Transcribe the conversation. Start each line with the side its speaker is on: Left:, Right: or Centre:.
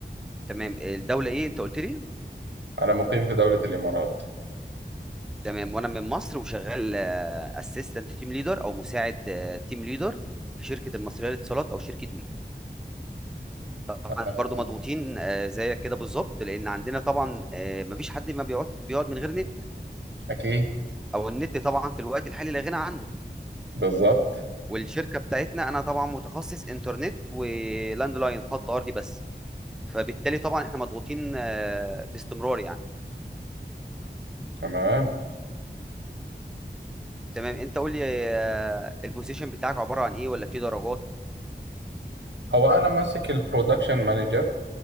Centre: تمام الدوله ايه انت قلت لي
Right: أنا مقيم في دولة الإمارات
Centre: تمام وانا من مصر وشغال اسيستنت تيم ليدر او مساعد تيم ليدر في شركه المصريه للاتصالات او شركه وي طبعا
Right: آه،
Centre: برضو مضغوطين آه، زيك كده بالظبط لان عندنا طبعا آه، مفيش حد ما بيقعد بيقعد من غير نت
Right: أكيد
Centre: او النت طبعا في الوقت الحالي لا غنى عنه
Right: بالظبط
Centre: والشركه بتاعتنا انا طبعا متخصص انترنت ولاند لاين خط ارضي بس فبالتالي طبعا احنا مضغوطين آه، باستمرار يعني
Right: تمام
Centre: تمام انت قول لي آه، البوزيشن بتاعك عباره عن ايه ولا في درجات
Right: هو أنا ماسك البرودكشن مانجر